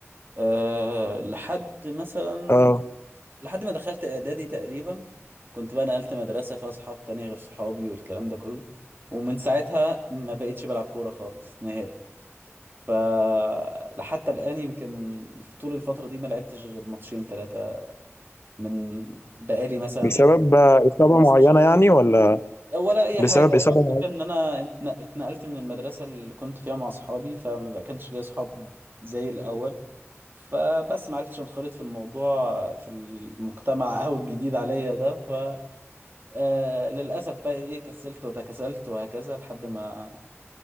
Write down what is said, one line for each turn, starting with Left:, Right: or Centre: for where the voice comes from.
Right: أه لحد مثلا
Left: اه
Right: لحد ما دخلت اعدادي تقريبا كنت بقى نقلت مدرسة فيها صحاب تانية غير صحابي والكلام ده كله ومن ساعتها ما بقيتش بلعب كورة خالص نهائي ف لحتى الآن يمكن طول الفترة دي ما لعبتش غير ماتشين ثلاثة من بقالي مثلا
Left: بسبب
Right: حوالي
Left: إصابة
Right: 15
Left: معينة
Right: سنة
Left: يعني ولا
Right: ولا اي
Left: بسبب
Right: حاجه هو
Left: إصابة
Right: الفكره
Left: معينة؟
Right: ان انا اتن- اتنقلت من المدرسه اللي كنت فيها مع اصحابي فما بقى كانش ليا اصحاب زي الاول فبس ما عرفتش انخرط في الموضوع في المجتمع <laughs> او الجديد عليا ده ف آه، للاسف بقى ايه كسلت وتكاسلت وهكذا لحد ما